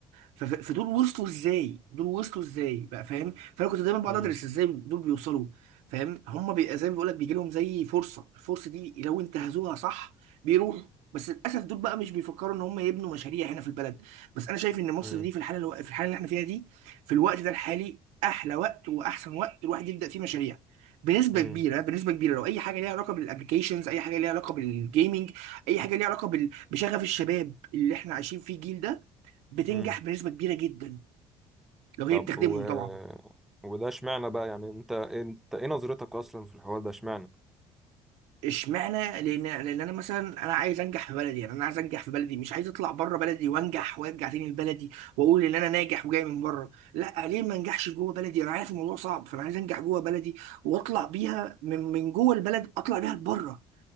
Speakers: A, on the right; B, in the centre.
A: ف... فدول وصلوا ازاي دول وصلوا ازاي بقى فاهم فانا كنت دايما بقعد
B: مم.
A: ادرس ازاي دول بيوصلوا فاهم هم بي... زي ما بيقول لك بيجي لهم زي فرصه الفرصه دي لو انتهزوها صح بيروحوا بس للاسف دول بقى مش بيفكروا ان هم يبنوا مشاريع هنا في البلد بس انا شايف ان مصر
B: مم.
A: دي في الحاله الو... في الحاله اللي احنا فيها دي في الوقت ده الحالي احلى وقت واحسن وقت الواحد يبدا فيه مشاريع بنسبه
B: مم.
A: كبيره بنسبه كبيره لو اي حاجه ليها علاقه بالابلكيشنز اي حاجه ليها علاقه بالجيمنج اي حاجه ليها علاقه بال... بشغف الشباب اللي احنا عايشين فيه الجيل ده بتنجح
B: مم.
A: بنسبه كبيره جدا لو هي
B: طب
A: بتخدمهم
B: و...
A: طبعا
B: وده اشمعنى بقى يعني انت ايه، انت ايه نظرتك اصلا في الحوار ده اشمعنى
A: اشمعنى لان لان انا مثلا انا عايز انجح في بلدي يعني انا عايز انجح في بلدي مش عايز اطلع بره بلدي وانجح وارجع تاني لبلدي واقول ان انا ناجح وجاي من بره لا ليه ما انجحش جوه بلدي انا عارف الموضوع صعب فانا عايز انجح جوه بلدي واطلع بيها من من جوه البلد اطلع بيها لبره